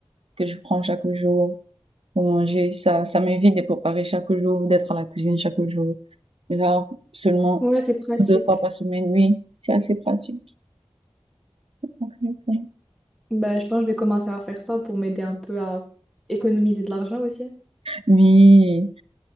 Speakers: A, on the right (about 75°); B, in the centre.
A: que je prends chaque jour pour manger. Ça, ça m'évite de préparer chaque jour, d'être à la cuisine chaque jour. Genre seulement
B: Ouais, c'est pratique.
A: deux fois par semaine, oui, c'est assez pratique. Ok, ok.
B: Bah, je pense que je vais commencer à faire ça pour m'aider un peu à économiser de l'argent aussi.
A: Oui,